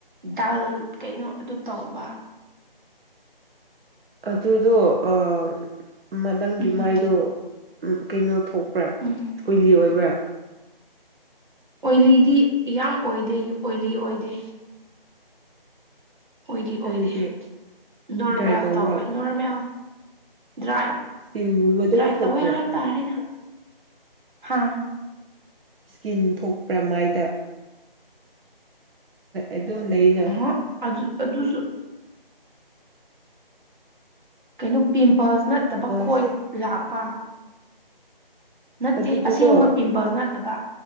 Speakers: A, on the right; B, on the right.
A: ꯗꯥꯜ ꯀꯩꯅꯣ ꯑꯗꯨ ꯇꯧꯕ
B: ꯑꯗꯨꯗꯣ ꯑꯥ ꯅꯪꯒꯤ
A: ꯎꯝ
B: ꯃꯥꯏꯗꯣ ꯀꯩꯅꯣ ꯊꯣꯛꯄ꯭ꯔꯥ
A: ꯎꯝ
B: ꯑꯣꯏꯂꯤ ꯑꯣꯏꯕ꯭ꯔꯥ
A: ꯑꯣꯏꯂꯤꯗꯤ ꯌꯥꯝ ꯑꯣꯏꯗꯦ ꯑꯣꯏꯂꯤ ꯑꯣꯏꯗꯦ ꯑꯣꯏꯗꯤ ꯑꯣꯏꯗꯦ
B: ꯑꯗꯨꯗꯤ
A: ꯅꯣꯔꯃꯦꯜ
B: ꯗ꯭ꯔꯥꯏ ꯇꯧꯕ꯭ꯔꯣ
A: ꯇꯧꯋꯦ ꯅꯣꯔꯃꯦꯜ ꯗ꯭ꯔꯥꯏ
B: ꯏꯁꯀꯤꯟꯒꯨꯝꯕ ꯑꯗꯨꯝ
A: ꯗ꯭ꯔꯥꯏ
B: ꯊꯣꯛꯄ꯭ꯔꯣ
A: ꯇꯧꯋꯦ ꯍꯥꯏꯕ ꯇꯥꯔꯦꯗ ꯍꯥ
B: ꯁ꯭ꯀꯤꯟ ꯊꯣꯛꯄ꯭ꯔ ꯃꯥꯏꯗ ꯑꯗꯨꯝ ꯂꯩꯅ
A: ꯑ ꯑꯗꯨ ꯑꯗꯨꯁꯨ ꯀꯩꯅꯣ ꯄꯤꯝꯄꯜꯁ ꯅꯠꯇꯕ ꯈꯣꯏꯠ
B: ꯁꯤ
A: ꯂꯥꯛꯄ ꯅꯠꯇꯦ
B: ꯑꯗꯨꯗꯨꯀꯣ
A: ꯑꯁꯦꯡꯕ ꯄꯤꯝꯄꯜꯁ ꯅꯠꯇꯕ